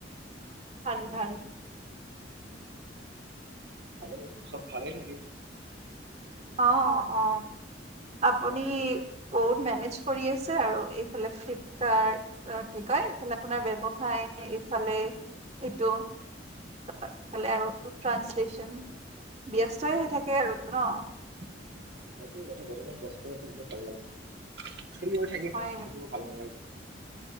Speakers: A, on the right; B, on the right.
A: ভাল, ভাল।
B: ভালেই চব ভালেই থাকিব।
A: অ' অ' আপুনি বহুত মেনেজ কৰি আছে আৰু এইফালে ফ্লিপকাৰ্ট কি কয় এইফালে আপোনাৰ ব্যবসায় এইফালে সেইটো খালে আৰু ট্ৰাঞ্চলে্চন ব্যস্তই হৈ থাকে আৰু ন
B: সেই টো কথা ঘৰত আৰু ব্যস্ত হৈ থাকিলে ভাল লাগে। ফিৰি হৈ থাকিব
A: হয়
B: ভাল নালাগে।